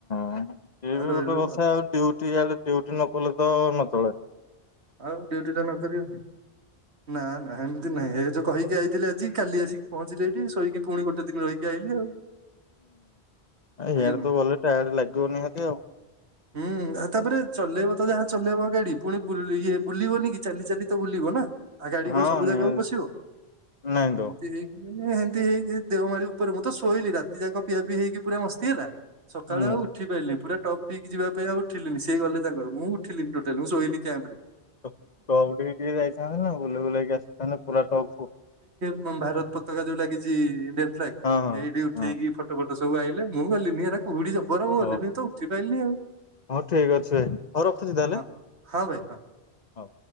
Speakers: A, on the left (about 45°); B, on the right (about 80°).
A: ସେଏ
B: ଆଉ
A: ବି
B: ରହିଲୁନୁ
A: ଗୋଟେ କଥା ଆଉ ଡଉଟିଡ ଡଉଟି ନ କଲେ ତ ନଚଳେ।
B: ଆଉ ଡିଉଟିଟା ନକରି। ନା ନା ଏମିତି ନାହିଁ ଏ ଯୋଉ କହିକି ଆଇଥିଲି ଆଜି କାଲି ଆସିକି ପହଞ୍ଚିଲେ ଏଠି ଶୋଇକି। ପୁଣି ଗୋଟେ ଦିନ ରହିକି ଆଇଲିି ଆଉ।
A: ଇଆଡ଼େ
B: ଆଜ୍ଞା ନମସ୍କାର।
A: ତ ଗଲେ ଟଏଡ଼ ଲାଗିବ ନିିହାତି ଆଉ।
B: ହୁଁ ଆଉ ତାପରେ ଚଲେଇବ ତ ଯାହା ଚଲେଇବ ଗାଡି ପୁଣି। ଇଏ ବୁଲିବନି କି ଚାଲି ଚାଲି ତ ବୁଲିବ ନା। ଆଉ ଗାଡି
A: ହଁ
B: କଣ ସବୁ
A: ନିହାତି
B: ଜାଗାକୁ ପଶିବ
A: ନାଇଁ
B: ଏମିତି
A: ତ
B: ହେଇକି। ଉଁ ସେମିତି ହେଇକି ଦେଓମାଳି ଉପରେ ମୁଁ ତ ଶୋଇଲି ରାତି ଯାକ ପିଆ ପିଇ ହେଇକି ପୁରା ମସ୍ତି ହେଲା। ସକାଳୁ
A: ହୁଁ।
B: ଆଉ ଉଠି ପାରିଲି ପୁରା। ଟପିକ୍ ଯିବା ପାଇଁ ଆଉ ଉଠିଲିନି ସେ ଗଲେ ତାଙ୍କର ମୁଁ ଉଠିଲି ଟୋଟାଲି ମୁଁ ଶୋଇିଲି୍ୟାମ୍ପ ରେ।
A: ଟପ ଟିକେ ଯାଇଥାନ୍ତେ ନା ବୁଲେଇ ବୁଲେଇକି ଆସିଥାନ୍ତେ। ପୁର ଟପକୁ।
B: ଏବଂ ଭାରତ ପତାକା ଯୋଉ ଲାଗିଚି ଇଣ୍ଡିଆନ୍ ଫ୍ଲାଗ୍
A: ହଁ ହଁ।
B: ସେଇଠି ଉଠେଇକି
A: ହଁ
B: ଫଟୋ ଫଟୋ ପ ତ ସବୁ ଆଇଲେ ମୁଁ ଗଲିନି ରା କୁଡ଼ି। ବର ଭଲେ
A: ହଉ
B: ତ ଉଠି ପାଇାଇିଲ ନି ଆଉ
A: ହଉ ଠିକ ଅଛି ଭାଇ ହଉ ରଖୁଛି ତାହେଲେ
B: ହଁ ହଁ ଭାଇ ହଁ।
A: ହଉ।